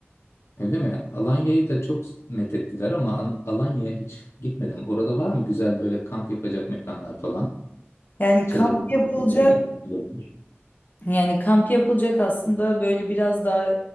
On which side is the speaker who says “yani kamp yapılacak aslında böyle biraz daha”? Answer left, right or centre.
Left